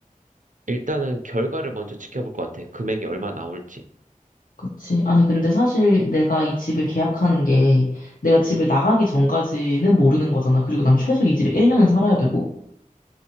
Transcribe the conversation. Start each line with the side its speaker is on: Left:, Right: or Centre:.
Right: 일단은 결과를 먼저 지켜볼 것 같아. 금액이 얼마 나올지.
Left: 그치. 아니, 근데 사실 내가 이 집을 계약하는 게 내가 집을 나가기 전까지는 모르는 거잖아. 그리고 난 최소 이 집에 1년은 살아야 되고.